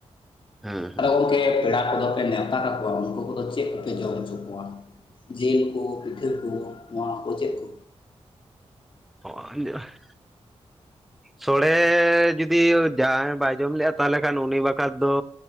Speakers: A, in the centre; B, on the left.
A: ᱦᱮᱸ
B: ᱟᱫᱚ ᱜᱚᱝᱠᱮ ᱯᱮᱲᱟ ᱠᱚᱫᱚ ᱯᱮ ᱱᱮᱶᱛᱟ ᱠᱟᱠᱚᱣᱟ ᱩᱱᱠᱩ ᱠᱚᱫᱚ ᱪᱮᱫ ᱠᱚᱯᱮ ᱡᱚᱢ ᱦᱚᱪᱚ ᱠᱚᱣᱟ᱾ ᱡᱤᱞ ᱠᱚ, ᱯᱤᱴᱷᱟᱹ ᱠᱚ, ᱱᱚᱣᱟ ᱠᱚ ᱪᱮᱫ ᱠᱚ
A: <unintelligible> ᱥᱚᱲᱮ ᱡᱩᱫᱤ ᱡᱟᱦᱟᱸᱭ ᱵᱟᱭ ᱡᱚᱢ ᱞᱮᱫᱼᱟ, ᱛᱟᱦᱚᱞᱮ ᱠᱷᱟᱱ ᱩᱱᱤ ᱵᱟᱠᱷᱷᱟᱨᱟ ᱫᱚ